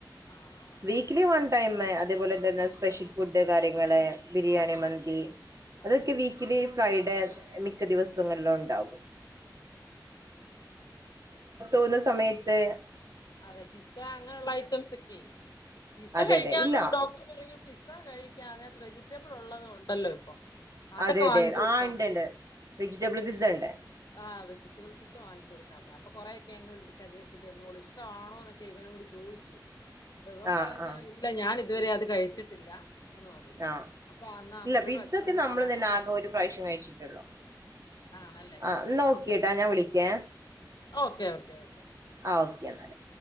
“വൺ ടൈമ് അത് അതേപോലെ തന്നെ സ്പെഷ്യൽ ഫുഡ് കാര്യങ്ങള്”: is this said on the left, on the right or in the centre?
Right